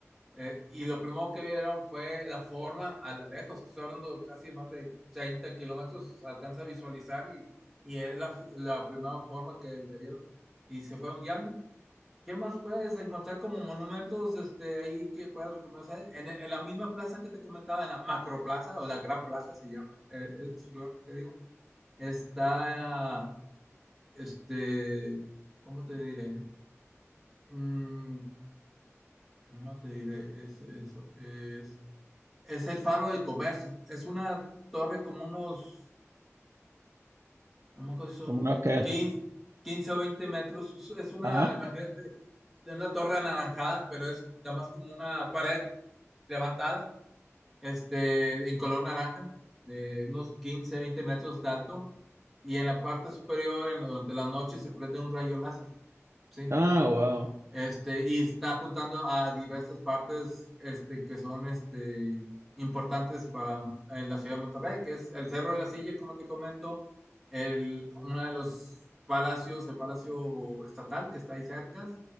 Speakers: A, in the centre; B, on the right.
A: eh, y lo primero que vieron fue la forma a la lejos, estoy hablando de casi más de 30 kilómetros, alcanza a visualizar y, y es la, fi- la primera forma que le vieron y se fueron guiando. ¿Qué más puedes encontrar como monumentos este, ahí que puedas reconocer? En, en la misma plaza que te comentaba, en la macroplaza o la gran plaza se llama, eh, es un lugar, que te digo, está, este, ¿cómo te diré? Mm, no te diré es, eso, es Es el faro de comercio. Es una torre como unos, no me acuerdo si son
B: como unos que.
A: quince 15 o 20 metros. Es una,
B: Ajá.
A: imagínate, de una torre anaranjada, pero es nada más como una pared levantada, este, en color naranja, de unos quince 20 metros de alto. Y en la parte superior, en, durante la noche, se prende un rayo láser, ¿sí?
B: Ah, wow.
A: Este, y está apuntando a diversas partes este, que son este, importantes para eh, la ciudad de Monterrey, que es el Cerro de la Silla, como te comento, el, uno de los palacios, el Palacio Estatal, que está ahí cerca,